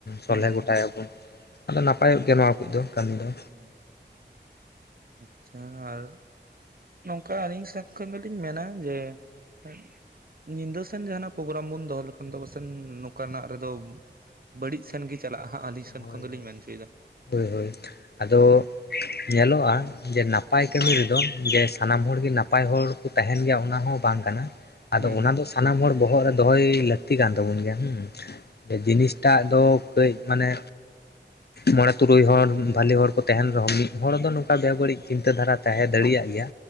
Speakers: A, on the right; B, on the left.
A: ᱦᱩᱸ
B: ᱥᱚᱞᱦᱮ ᱜᱚᱴᱟᱭᱟᱵᱚᱱ ᱟᱫᱚ ᱱᱟᱯᱟᱭᱚᱜ ᱜᱮᱭᱟ ᱱᱚᱣᱟ ᱠᱚᱫᱚ ᱠᱟᱹᱢᱤ ᱫᱚ।
A: ᱦᱮᱸ। ᱟᱪᱪᱷᱟ ᱟᱨ ᱱᱚᱝᱠᱟ ᱟᱹᱞᱤᱧ ᱥᱮᱫ ᱠᱷᱚᱱ ᱫᱚᱞᱤᱧ ᱢᱮᱱᱟ ᱡᱮ <unintelligible> ᱧᱤᱫᱟᱹ ᱥᱮᱱ ᱡᱟᱦᱟᱱᱟᱜ ᱯᱨᱚᱜᱮᱨᱟᱢ ᱵᱚᱱ ᱫᱚᱦᱚ ᱞᱮᱠᱷᱟᱱ ᱫᱚ, ᱯᱟᱥᱮ ᱱᱚᱝᱠᱟ ᱱᱟᱜ ᱨᱮᱫᱚ ᱵᱟᱹᱲᱤᱡ ᱥᱮᱱ ᱜᱮ ᱪᱟᱞᱟᱜᱼᱟ᱾ ᱟᱞᱤᱧ ᱥᱮᱱ
B: ᱦᱳᱭ
A: ᱠᱷᱚᱱ ᱫᱚᱞᱤᱧ
B: ᱦᱳᱭ
A: ᱢᱮᱱ ᱪᱚᱭ ᱫᱟ
B: ᱦᱳᱭ ᱦᱳᱭ᱾ ᱟᱫᱚ ᱧᱮᱞᱚᱜᱼᱟ ᱡᱮ ᱱᱟ ᱯᱟᱭ ᱠᱟᱹᱢᱤ ᱨᱮᱫᱚ ᱡᱮ ᱥᱟᱱᱟᱢ ᱦᱚᱲ ᱜᱮ ᱱᱟᱯᱟᱭ ᱦᱚᱲ ᱠᱚ ᱛᱟᱸᱦᱮᱱ ᱜᱮᱭᱟ, ᱚᱱᱟ ᱦᱚᱸ ᱵᱟᱝ ᱠᱟᱱᱟ ᱟᱫᱚ
A: ᱦᱩᱸ
B: ᱚᱱᱟ
A: ᱦᱩᱸ
B: ᱫᱚ ᱥᱟᱱᱟᱢ ᱦᱚᱲ ᱵᱚᱦᱚᱜ ᱨᱮ ᱫᱚᱦᱚᱭ ᱞᱟᱹᱠᱛᱤ ᱠᱟᱱ ᱛᱟᱵᱚᱱ ᱜᱮᱭᱟᱸ, ᱡᱮ ᱡᱤᱱᱤᱥᱴᱟᱜ ᱫᱚ ᱠᱟᱹᱭ ᱢᱟᱱᱮ ᱢᱚᱬᱮ ᱛᱩᱨᱩᱭ ᱦᱚᱲ ᱵᱷᱟᱞᱤ ᱦᱚᱲ ᱠᱚ ᱛᱟᱦᱮᱱ ᱨᱮᱦᱚᱸ ᱢᱤᱫ ᱦᱚᱲ ᱫᱚ ᱱᱚᱝᱠᱟ ᱵᱮ ᱵᱟᱹᱲᱤᱡ ᱪᱤᱱᱛᱟᱹ ᱫᱷᱟᱨᱟ ᱛᱟᱸᱦᱮ ᱫᱟᱲᱮᱭᱟᱜ ᱜᱮᱭᱟ